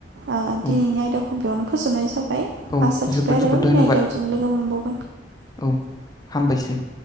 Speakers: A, on the right; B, on the left.
A: ओ
B: औ
A: दिनैनि आयदाखौ बेयावनो फोजोबनाय जा बाय
B: औ
A: आसा
B: जोबोद
A: थिबाय आरो
B: जोबोद
A: उननि
B: धन्यबाद
A: आयदायाव जों लोगो मोनबाव
B: औ हामबायसै